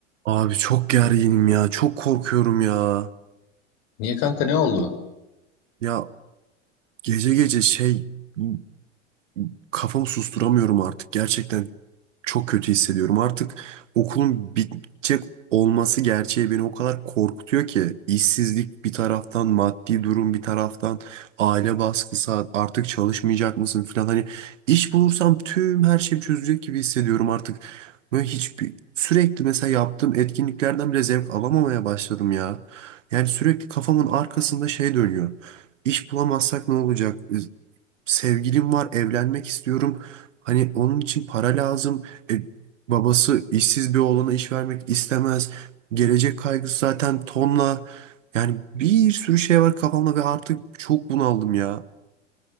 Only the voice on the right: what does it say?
Abi çok gerginim ya. Çok korkuyorum ya.
Ya gece gece şey bu- bu- kafamı susturamıyorum artık gerçekten. çok kötü hissediyorum. Artık okulun bitecek olması gerçeği beni o kadar korkutuyor ki işsizlik bir taraftan, maddi durum bir taraftan, aile baskısı artık çalışmayacak mısın falan hani iş bulursam tüm her şey çözecek gibi hissediyorum artık. Böyle hiçbir sürekli mesela yaptığım etkinliklerden bile zevk alamamaya başladım ya. Yani sürekli kafamın arkasında şey dönüyor. İş bulamazsak ne olacak? sevgilim var, evlenmek istiyorum. Hani onun için para lazım. E, babası işsiz bir oğlana iş vermek istemez. Gelecek kaygısı zaten tonla. Yani bir sürü şey var kafamda ve artık çok bunaldım ya.